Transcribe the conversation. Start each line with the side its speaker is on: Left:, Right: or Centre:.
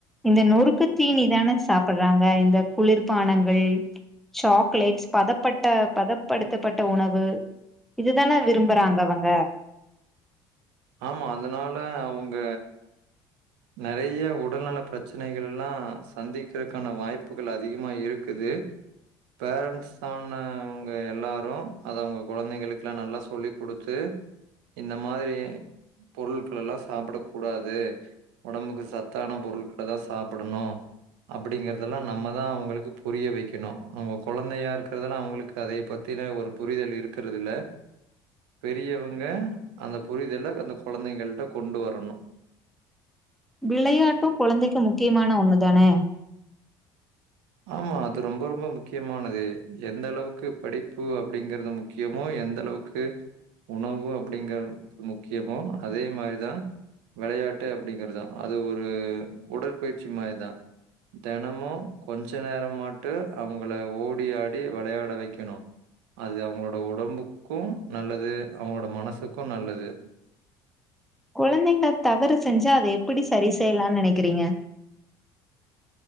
Centre: இந்த நொறுக்கு தீனிதானே சாப்புட்றாங்க இந்த குளிர்பானங்கள் சாக்லேட்ஸ் பதப்பட்ட பதப்படுத்தப்பட்ட உண வு இதுதானே விரும்புறாங்க அவங்க
Right: ஆமா அதனால அவுங்க நெறைய்ய உடல்நல பிரச்சனைகள் எல்லா சந்திக்கிறக்கான வாய்ப்புகள் அதிகமாக இரு க்குது பேரண்ட்ஸ் ஆன அவுங்க எல்லாரு அத அவுங்க குழந்ததைங்களுக்லா நல்லா சொல்லிக் குடுத்து இந்த மாதிரி பொருள்கள் எல்லா சாப்பட கூடாது ஒடம்புக்கு சத்தான பொருட்கள தா சாப்படணு அப்டிங்கறதெல்லா நம்ம தா அவுங்களுக்கு புரிய வைக்கணு அவுங்க குழந்தையா இருக்கறதெலா அவுங்களுக்கு அதைய பத்தின ஒரு புரிதல் இருக்கிறது இல்ல பெரியவங்க அந்த புரிதல அந்த குழந்தைகள்ட்ட கொண்டு வரணு
Centre: விளையாட்டு குழந்தைக்கு முக்கியமான ஒண்ணு தானே
Right: ஆமா அது ரொம்ப ரொம்ப முக்கியமானது எந்த அளவுக்கு படிப்பு அப்டிங்கறது முக்கியமோ எந்த அளவுக் கு உணவு அப்டிங்கற முக்கியமோ அதே மாரிதா விளையாட்டு அப்டிங்கறது அது ஒரு உடற்பயிற்சி மாரிதா தெனமு கொஞ்ச நேர மாட்டு அவங்கள ஓடி ஆடி வெளையாட வெக்கணு அது அவுங்களோட உடம்புக்கு நல்லது அவுங்களோட மனசுக்கு நல்லது
Centre: குழந்தைங்க தவறு செஞ்சா அத எப்படி சரி செய்யலான் நெனைக்கிறீங்க